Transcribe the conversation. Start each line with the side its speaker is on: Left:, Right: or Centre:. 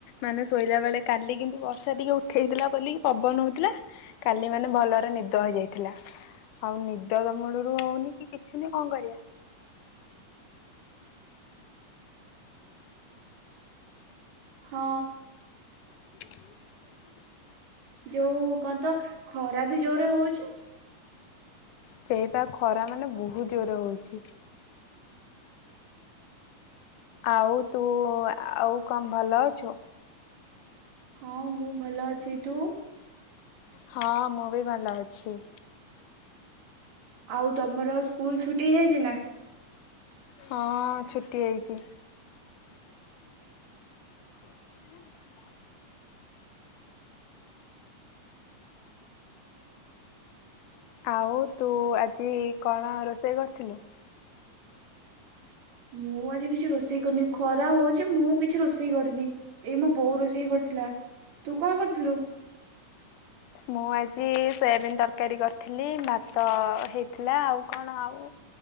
Left: ମାନ ଶୋଇଲା ବେଳେ। କାଲି କିନ୍ତୁ ବର୍ଷା ଟିକେ ଉଠେଇଥିଲା ବୋିକି ପବନ ହଉଥିଲା। କାଲି ମାନେ ଭଲରେ ନିଦ ହେଇଯାଇଥିଲା। ଆଉ ନିଦ ତ ମୂଳରୁ ହଉନି କି କିଛି ନି କଣ କରିବା।
Right: ହଁ।
Left: ଏଇଟା
Right: ଯୋଉ କନ୍ତ ଖରା ବି ଜୋରରେ ହଉଚି।
Left: ସେଇପ ଖରା ମାନେ ବହୁତ ଜୋର ହେଉଚି। ଆଉ ତୁ ଆଉ କଣ ଭଲ ଅଛୁ?
Right: ହଁ ମୁଁ ଭଲ ଅଛି। ତୁ?
Left: ହଁ ମୁଁ ବି ଭଲ ଅଛି।
Right: ଆଉ ତମର ସ୍କୁଲ ଛୁଟି ହେଇଯାଇଚି ନା?
Left: ହଁ ଛୁଟି ହେଇଚି। <unintelligible> ଆଉ ତୁ ଆଜି କଣ ରୋଷେଇ କରିଥିଲୁ?
Right: ମୁଁ ଆଜି କିଛି ରୋଷେଇ କରିନି ଖରା ହଉଛି ମୁଁ କିଛି ରୋଷେଇ କରିନି। ଏଇ ମୋ ବୋଉ ରୋଷେଇ କରିଥିଲା ତୁ କଣ କରିଥିଲୁ?
Left: ମୁଁ ଆଜି ସୋୟାବିିନ ତରକାରୀ କରିଥିଲି ଭାତ ହେଇଥିଲା ଆଉ କଣ ଆଉ